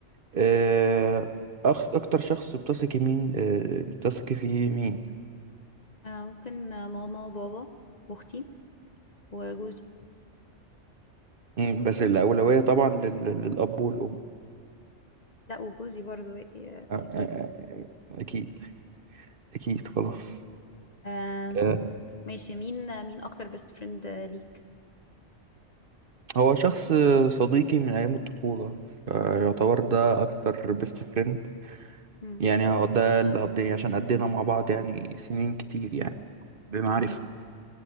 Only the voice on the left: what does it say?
آه ممكن آه، ماما وبابا واختي وجوزي
لا وجوزي برضو آه،
اكيد
آه
ماشي مين آه، مين اكتر بيست فريند ليك
مم.
جميل